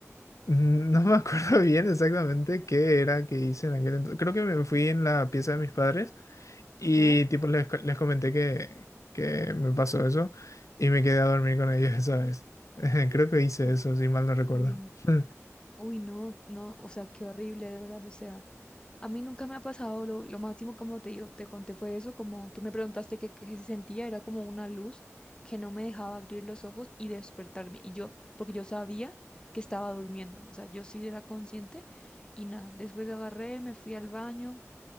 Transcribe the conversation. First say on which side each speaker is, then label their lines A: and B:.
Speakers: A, on the left; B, on the left.
A: No me acuerdo <laughs> bien exactamente qué era que hice en aquel entonces. Creo que me fui en la pieza de mis padres y
B: Ajá.
A: tipo les, co- les comenté que, que me pasó eso y me quedé a dormir con ellos esa vez. <laughs> Creo que hice
B: qué
A: eso, si mal no recuerdo.
B: Uy, no.
A: <laughs>
B: Uy, no, no, o sea, qué horrible, de verdad, o sea. A mí nunca me ha pasado, lo, lo máximo como te digo, te conté fue eso, como tú me preguntaste qué qué se sentía, era como una luz que no me dejaba abrir los ojos y despertarme. Y yo, porque yo sabía que estaba durmiendo, o sea, yo sí era consciente y nada, después agarré, me fui al baño,